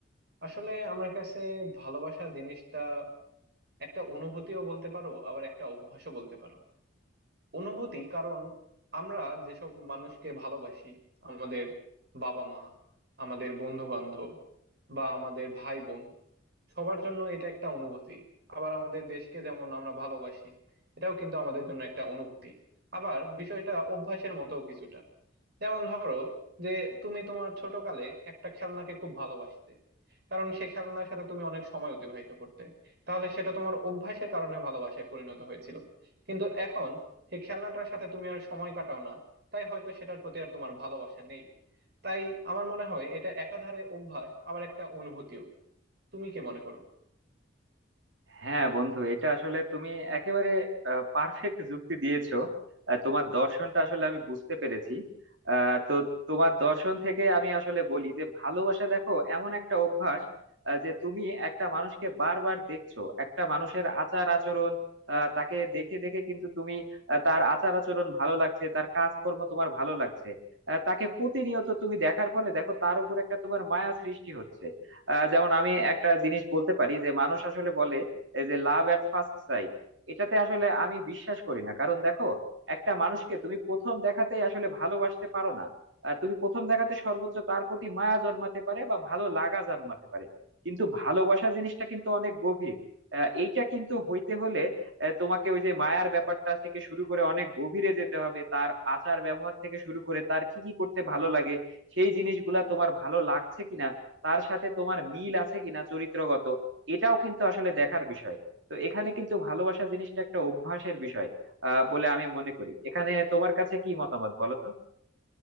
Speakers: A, on the right (about 60°); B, on the right (about 80°).
A: আসলে আমার কাছে ভালোবাসা জিনিসটা একটা অনুভূতিও বলতে পারো আবার একটা অভ্যাসও বলতে পারো অনুভূতি কারণ আমরা যেসব মানুষকে ভালোবাসি আমাদের বাবা মা আমাদের বন্ধু বান্ধব বা আমাদের ভাই বোন সবার জন্য এটা একটা অনুভূতি আবার আমাদের দেশকে যেমন আমরা ভালোবাসি এটাও কিন্তু আমাদের জন্য একটা অনুভূতি আবার বিষয়টা অভ্যাসের মতো কিছুটা যেমন ধরো যে তুমি তোমার ছোটকালে একটা খেলনাকে খুব ভালোবাসতে কারণ সেই খেলনার সাথে তুমি অনেক সময় অতিবাহিত করতে তাহলে সেটা তোমার অভ্যাসের কারণে ভালোবাসায় পরিণত হয়েছিল কিন্তু এখন সেই খেলনাটার সাথে তুমি আর সময় কাটাও না তাই হয়তো সেটার প্রতি আর তোমার ভালোবাসা নেই তাই আমার মনে হয় এটা একাধারে অভ্যাস আবার একটা অনুভূতিও তুমি কি মনে করো
B: হ্যাঁ বন্ধু এটা আসলে তুমি একেবারে পারফেক্ট যুক্তি দিয়েছো আহ, তোমার দর্শনটা আসলে আমি বুঝতে পেরেছি আহ, তো তোমার দর্শন থেকে আমি আসলে বলি যে ভালোবাসা দেখো এমন একটা অভ্যাস আহ, যে তুমি একটা মানুষকে বারবার দেখছো একটা মানুষের আচার আচরণ আহ, তাকে দেখে দেখে কিন্তু তুমি আহ, তার আচার আচরণ ভালো লাগছে তার কাজকর্ম তোমার ভালো লাগছে আহ, তাকে প্রতিনিয়ত তুমি দেখার ফলে দেখো তার উপর একটা তোমার মায়া সৃষ্টি হচ্ছে আহ, যেমন আমি একটা জিনিস বলতে পারি যে মানুষ আসলে বলে এই যে লাভ এট ফার্স্ট সাইট এটাতে আসলে আমি বিশ্বাস করি না কারণ দেখো একটা মানুষকে তুমি প্রথম দেখাতেই আসলে ভালোবাসতে পারো না আহ, তুমি প্রথম দেখাতে সর্বোচ্চ তার প্রতি মায়া জন্মাতে পারে বা ভালো লাগা জন্মাতে পারে কিন্তু ভালোবাসা জিনিসটা কিন্তু অনেক গভীর আহ, এইটা কিন্তু হইতে হলে আহ, তোমাকে ওই যে মায়ার ব্যাপারটা থেকে শুরু করে অনেক গভীরে যেতে হবে তার আচার ব্যবহার থেকে শুরু করে তার কি কি করতে ভালো লাগে সেই জিনিসগুলা তোমার ভালো লাগছে কিনা তার সাথে তোমার মিল আছে কিনা চরিত্রগত এটাও কিন্তু আসলে দেখার বিষয় তো এখানে কিন্তু ভালোবাসা জিনিসটা একটা অভ্যাসের বিষয় আহ বলে আমি মনে করি এখানে তোমার কাছে কি মতামত বলো তো